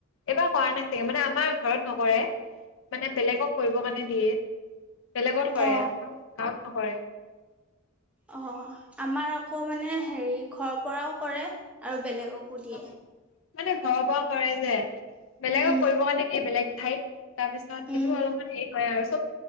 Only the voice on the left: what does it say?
এবাৰ কৰা নাই চাগে, মানে আমাৰ ঘৰত নকৰে মানে বেলেগক কৰিব মানে দিয়ে। বেলেগত কৰে,
আমাৰ গাঁৱত নকৰে।
অ মানে ঘৰৰ পৰা কৰে যে বেলেগক
কৰিব কাৰণে দিয়ে, বেলেগ ঠাইত। তাৰপিছত সেইটো
অলপমান হেৰি হয় আৰু চব